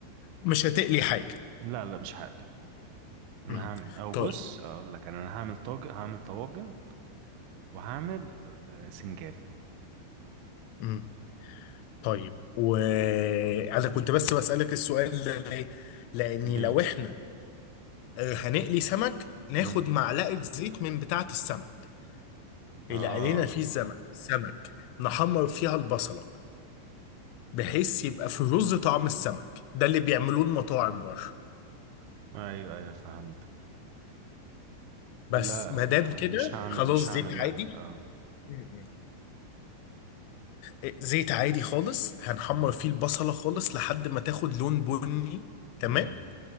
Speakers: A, on the left; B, on the right.
A: مش هتقلي حاجة
B: لا لا مش هقلي انا
A: مم.
B: هعمل او
A: طيب
B: بص اقول لك انا أنا هعمل طاجن هعمل طواجن وهعمل آه، سنجاري
A: مم. طيب وانا كنت بس بسألك السؤال ده ليه؟ لأني
B: ليه
A: لو احنا آه، هنقلي سمك ناخد
B: مم.
A: معلقة زيت من بتاعة السمك
B: اه
A: اللي قلينا فيه السمك سمك نحمر فيها البصلة بحيث يبقى في رز طعم السمك ده اللي بيعملوه المطاعم بره
B: ايوه ايوه فهمت
A: بس
B: لا
A: ما دام
B: لا
A: كده
B: مش هعمل
A: خلاص
B: مش هعمل
A: زيت عادي
B: مقلي اه
A: م- م. آه، زيت عادي خالص هنحمر
B: تمام
A: فيه البصلة خالص لحد ما تاخد لون بني تمام
B: مم.